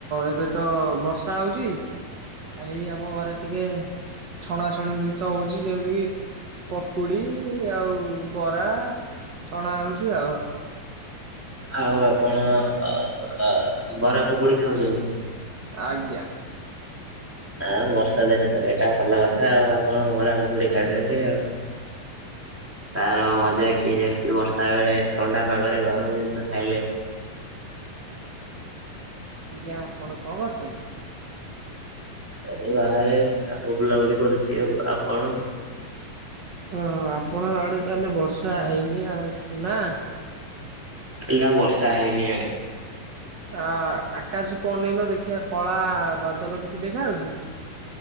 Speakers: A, on the right; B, in the centre.
A: ଏବେ ତ ବର୍ଷା ହଉଛି। ଏଇ ଆମ ଘରେ ଟିକେ ଛଣାଛଣି ଜିନିଷ ହେଉଛି ଯେମିତିକି। ପକୁଡ଼ି ଆଉ ବରା ଛଣା ହେଉଛି ଆଉ।
B: ଆଉ ଆପଣ ଆ ଆ ବରା ପକୁଡି ଖାଉଛନ୍ତି।
A: ଆଜ୍ଞା।
B: ଆଉ ବର୍ଷ ଦିନେ ତ ଏଇଟା ଭଲ କଥା ଆଉ ଆପଣ ବରା ପକୁଡି ଖାଉଛନ୍ତି ଆଉ। ତାର ମଜା କିଏ ଜାଣିଛି ବର୍ଷା ବେଳେ ଥଣ୍ଡା ପାଗରେ ଗରମ ଜିନିଷ ଖାଇଲେ। <unintelligible>
A: ଆଜ୍ଞା ଆପଣ କଣ କରୁଚନ୍ତି।
B: ଏ ବାହାରେ ଆ ବୁଲାବୁଲି କରୁଛି ଆଉ ଆପଣ।
A: ହଁ ଆପଣ ଆଡ଼େ ତାହେଲେ ବର୍ଷା ହେଇନି ଆଉ ନା।
B: ନାଁ ବର୍ଷା ହେଇନି ଆଡେ।
A: ହଁ ଆକାଶକୁ ଅନେଇଲ ଦେଖିବା କଳା ବାଦଲ କିଛି ଦେଖାାଯାଉଛି କି?